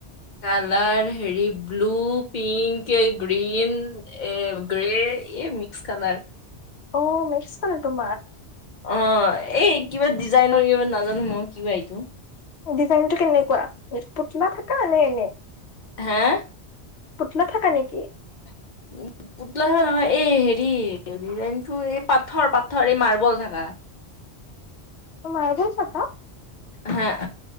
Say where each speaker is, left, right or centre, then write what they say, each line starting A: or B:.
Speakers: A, on the left; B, on the left.
A: কালাৰ হেৰি ব্লু পিংক গ্ৰীন এ <unintelligible> এই মিক্স কালাৰ
B: অ মেছছিলান তোম
A: অ এই কিবা ডিজাইনৰ কিব নাজানো মই কিবা এইটো
B: ডিজাইনটো কেনেকুৱা কিবা পটা নে এনে
A: হা
B: <unintelligible> থাকা নেকি
A: <unintelligible> নহয় এই হেৰি ডিজাইনটো এই পাথৰ পাথৰ এই মাৰ্বল থকা অ
B: <unintelligible>
A: হা